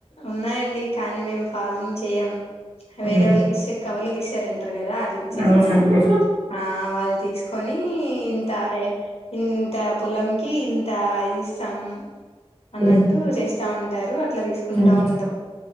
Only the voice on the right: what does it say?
ఉమ్,
అవునండి
ఉమ్,
ఉమ్.